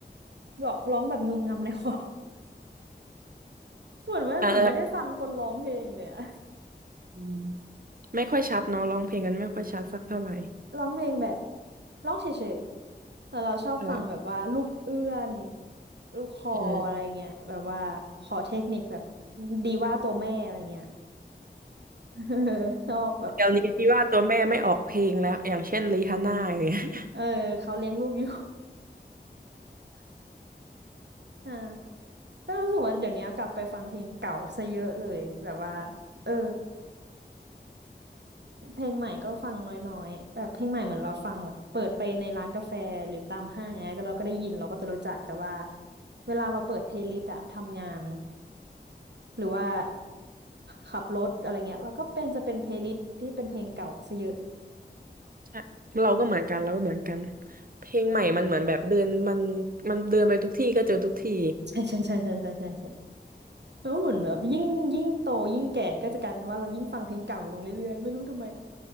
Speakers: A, on the right; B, on the right.
A: ร้องร้องแบบงึมงำในคอ <laughs> เหมือนไม่เหมือนไม่ได้ฟังคนร้องเพลงเลยอะ
B: <laughs> เอออืมไม่ค่อยชัดเนาะร้องเพลงกันไม่ค่อยชัดสักเท่าไหร่
A: <laughs> ร้องเพลงแบบร้องเฉยๆแต่เราชอบฟังแบบว่าลูกเอื้อน
B: เออ
A: ลูกคออะไรเงี้ยแบบว่าขอเทคนิคแบบ
B: เออ
A: ดีว่าตัวแม่อะไรเงี้ย <laughs> ชอบแบบ
B: เดี๋ยวนี้ที่ว่าตัวแม่ไม่ออกเพลงแล้วอย่างเช่นริฮาน่าอย่างเงี้ย <laughs>
A: เออเขาเลี้ยงลูกอยู่ อ่าก็รู้สึกว่าเดี๋ยวนี้กลับไปฟังเพลงเก่าซะเยอะเลยแบบว่าเออเพลงใหม่ก็ฟังน้อยๆแบบเพลงใหม่เหมือนเราฟังแบบเปิดไปในร้านกาแฟหรือตามห้างเนี้ยก็เราก็ได้ยินเราก็จะรู้จักแต่ว่าเวลาเราเปิดเพลย์ลิสต์อะทำงานหรือว่าขับรถอะไรเงี้ยเราก็เป็นจะเป็นเพลย์ลิสต์ที่เป็นเพลงเก่าซะเยอะ
B: ใช่เราก็เหมือนกันเราก็เหมือนกันเพลงใหม่มันเหมือนแบบเดินมันมันเดินไปทุกที่ก็เจอทุกที่
A: ใช่ใช่ใช่ใช่ใช่ใช่ใช่แล้วเหมือนแบบยิ่งยิ่งโตยิ่งแก่ก็จะกลายเป็นว่าเรายิ่งฟังเพลงเก่าลงเรื่อยๆไม่รู้ทำไม